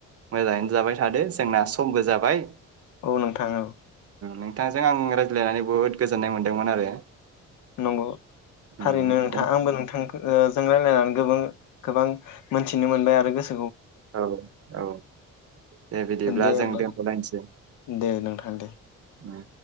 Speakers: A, on the right (about 50°); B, on the left (about 80°).
A: मोजाङैनो जाबाय थादो जोंना सम गोजाबाय।
B: औ नोंथाङ औ
A: नोंथांजों आं रायज्लायनानै बुहुद गोजोननाय मोन्दोंमोन आरो
B: नंगौ
A: उम
B: थारैनो नोंथाङा आंबो नोंथां ओ जों रायलनानै गोबां मोनथिनो मोनबाय आरो गोसो
A: औ औ दे बिदिब्ला
B: दे
A: जों
B: होमबा
A: दोनथ'लायनोसै उम
B: दे नोंथां दे